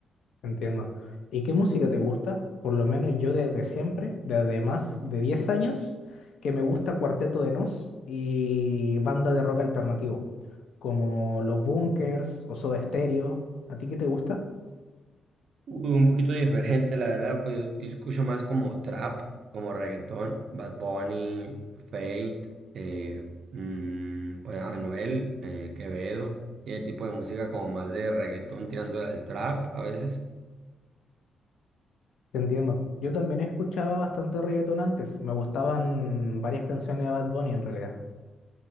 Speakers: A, on the left (about 80°); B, on the right (about 60°).
A: Entiendo. ¿Y qué música te gusta? Por lo menos yo desde siempre, desde más de 10 años, que me gusta Cuarteto de Nos y banda de rock alternativo, como Los Bunkers o Soda Stereo. ¿A ti qué te gusta?
B: Uy, un poquito diferente, la verdad, pues yo, yo escucho más como trap, como reggaetón, Bad Bunny, Fate, eh, mm, pues Anuel, eh, Quevedo, y el tipo de música como más de reggaetón tirando al trap a veces.
A: Te entiendo. Yo también escuchaba bastante reggaetón antes. Me gustaban varias canciones de Bad Bunny en realidad.